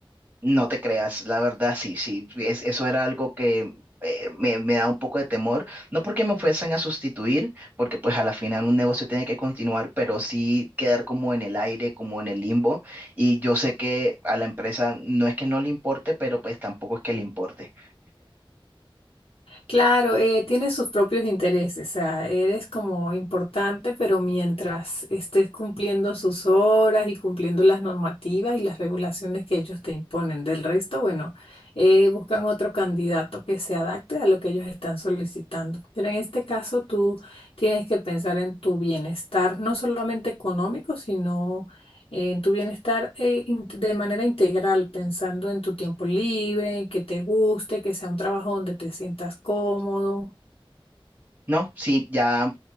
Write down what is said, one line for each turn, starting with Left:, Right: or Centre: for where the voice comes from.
Right: No te creas, la verdad sí, sí, es- eso era algo que eh, me, me da un poco de temor, no porque me fuesen a sustituir, porque pues a la final un negocio tiene que continuar, pero sí quedar como en el aire, como en el limbo, y yo sé que a la empresa no es que no le importe, pero pues tampoco es que le importe.
Left: Claro, eh, tiene sus propios intereses, o sea, eres como importante, pero mientras estés cumpliendo sus horas y cumpliendo las normativas y las regulaciones que ellos te imponen. Del resto, bueno, eh, buscan otro candidato que se adapte a lo que ellos están solicitando. Pero en este caso, tú tienes que pensar en tu bienestar, no solamente económico, sino en tu bienestar eh, in- de manera integral, pensando en tu tiempo libre, que te guste, que sea un trabajo donde te sientas cómodo.
Right: No, sí, ya